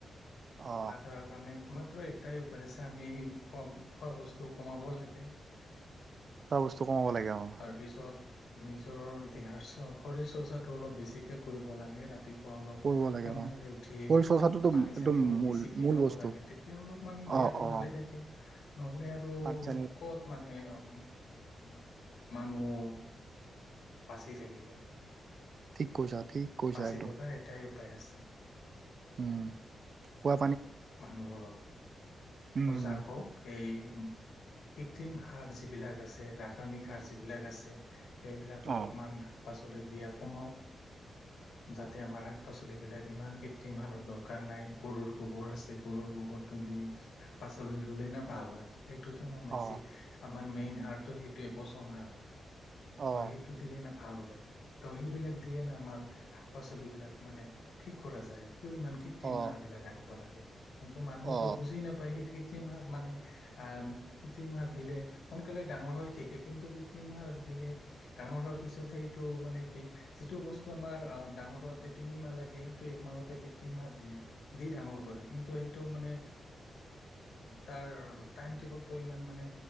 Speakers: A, on the right; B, on the left.
A: অ
B: আধাৰৰ কাৰণে একমাত এটাই উপায় আছে আমি খোৱা খোৱা বস্তু কমাব লাগে
A: খোৱা বস্তু কমাব লাগে অ
B: তাৰপিছত নিজৰ দেহাৰ শৰীৰ চৰ্চাটো অলপ বেছিকৈ কৰিব লাগে ৰাতি অলপ
A: কৰিব লাগে
B: সোনকালে
A: অ
B: উঠি
A: শৰীৰ চৰ্চাটোতো
B: পানী চানী
A: একদম
B: অলপ
A: মূল
B: বেছিকে
A: মূল
B: খাব
A: বস্তু
B: লাগে তেতিয়া অলপমান দে
A: অ
B: <unintelligible> টো
A: অ
B: ভালে থাকে নহলে আৰু
A: পানী চানী
B: কত মানে উ উ মানুহ বাচি থাকিব
A: ঠিক কৈছা ঠিক কৈছা
B: বাচি
A: একদম
B: থকাৰ এটাই উপায় আছে
A: উম কোৱা
B: মানুহ অলপ
A: উম
B: সজাগ হওক সেই কৃত্ৰিম সাৰ যিবিলাক আছে ৰাসায়নিক সাৰ যিবিলাক আছে সেইবিলাক অলপমান
A: অ
B: শাক পাচলিত দিয়া কমাওক যাতে আমাৰ শাক পাচলিবিলাক ইমান কৃত্ৰিম সাৰৰ দৰকাৰ নাই গৰুৰ গোবৰ আছে গৰুৰ গোবৰটো দি শাক পাচলি ৰুলে নে ভাল হয় সেইটোতো না বেছি
A: অ
B: আমাৰ মেইন সাৰটো সেইটোৱে পচন সাৰ
A: অ
B: ত সেইটো দিলে না ভাল হয় তো সেইবিলাক দিয়ে না আমাৰ শাক পাচলিবিলাক মানে ঠিক কৰা যায় ইমান কৃত্ৰিম
A: অ অ
B: সাৰ বিলাক আনিব লাগে কিন্তু মানুহে'ত
A: অ
B: বুজি নাপায় সেই কৃত্ৰিমসাৰ মানে আহ কৃত্ৰিমসাৰ দিলে সোনকালে ডাঙৰ হৈ থাকে কিন্তু কৃত্ৰিম সাৰ দিলে ডাঙৰ হোৱাৰ পিছত সেইটো মানে কি যিটো বস্তু আমাৰ অ ডাঙৰ হোৱাতে তিনিমাহ লাগে সেইটো একমাহতে কৃত্ৰিমসাৰ দিয়ে দি ডাঙৰ কৰে কিন্তু সেইটো মানে তাৰ টাইম টেবুল তো ইমান মানে